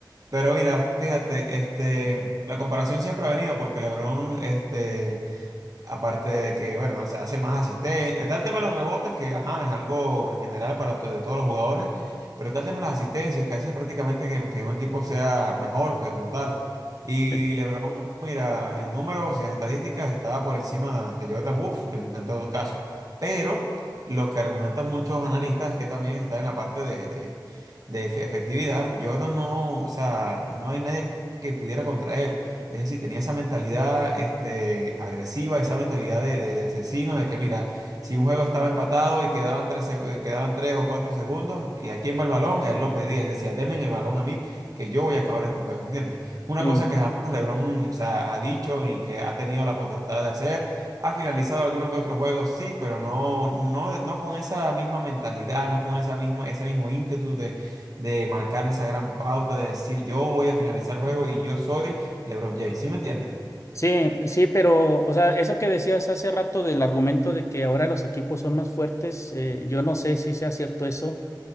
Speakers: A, on the right; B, on the left.
A: Pero mira, fíjate, este, la comparación siempre ha venido porque LeBron, este. Aparte de que, bueno, se hace más asistencia. Está el tema de los rebotes, que ajá, es algo en general para to- de todos los jugadores, pero está el tema de las asistencias, que hace prácticamente que, que un equipo sea mejor como tal. Y
B: sí,
A: LeBron, mira, en números, en estadísticas, estaba por encima de Jordan Wolf en, en todo caso. Pero lo que argumentan muchos analistas es que también está en la parte de, de de efectividad. Jordan no, o sea, no hay nadie que pudiera contra él. Es decir, tenía esa mentalidad este, agresiva, esa mentalidad de, de- de asesino, de que mira, si un juego estaba empatado y quedaban tres, seg- eh, quedaban tres o cuatro segundos, y a quién va el balón, él lo pedía, él decía, deme el balón a mí, que yo voy a acabar este juego, ¿me entiendes? Una
B: sí.
A: cosa que jamás LeBron, o sea, ha dicho y que ha tenido la potestad de hacer. Ha finalizado algunos que otros juegos, sí, pero no, no, no con esa misma mentalidad, no con esa misma, ese mismo ímpetu de, de marcar esa gran pauta, de decir yo voy a finalizar el juego y yo soy LeBron James, ¿sí me entiendes?
B: Sí, sí, pero, o sea, eso que decías hace rato del argumento de que ahora los equipos son más fuertes, eh, yo no sé si sea cierto eso.